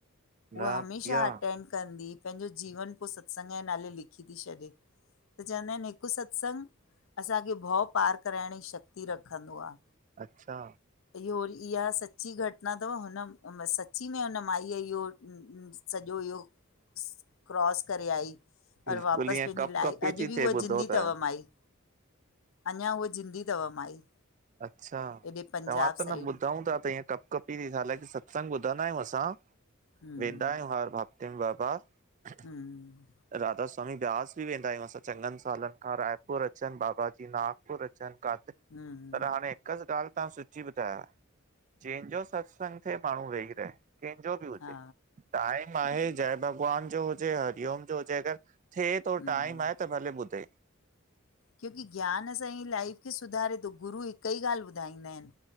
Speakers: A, on the left; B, on the right.
A: उहा
B: न
A: हमेशह
B: इहा
A: अटेंड कंदी ई पंहिंजो जीवन पो सत्संग जे नाले लिखी ती छॾे। त चवंदा आहिनि हिकु सत्संग असांखे भउ पार कराइण जी शक्ति रखंदो आ।
B: अच्छा।
A: इहो वरी इहा सच्ची घट ना तव, हुन उम सच्ची में हुन माईअ इहो अम्म सॼो इहो क्रॉस करे आई। और
B: बिल्कुलु
A: वापसि
B: ईअं
A: पंहिंजी
B: कप
A: लाइ
B: कपी
A: अॼु
B: थी
A: बि उहा
B: थिए ॿुधो
A: जिंदी
B: त
A: तव माई। अञा उअ जिंदी तव माई।
B: अच्छा,
A: हेॾे पंजाब
B: तव्हां त
A: साइड
B: न ॿुधा हुंदा त ईअं कप कंपी ती हालांकि सत्संग ॿुधंदा आहियूं असां
A: हम्म
B: वेंदा आहियूं हर हफ् <unintelligible>
A: हम्म,
B: राधा स्वामी ब्यास बि वेंदा आहियूं असां, चङनि सालनि खां रायपुर अचनि बाबा जी नागपुर अचनि काथे?
A: हम्म
B: पर हाणे हिकु ॻाल्हि तव्हां सची ॿुधायव, जंहिंजो सत्संग थिए माण्हू वेही रहे। कंहिंजो बि हुजे
A: हा
B: टाइम आहे जय भॻवान जो हुजे, हरिओम जो हुजे अगरि थे तो
A: हम्म
B: टाइम आहे त भले ॿुधे।
A: क्योंकि ज्ञान सां ई लाइफ खे सुधारे तो, गुरु हिक ई ॻाल्हि ॿुधाईंदा आहिनि।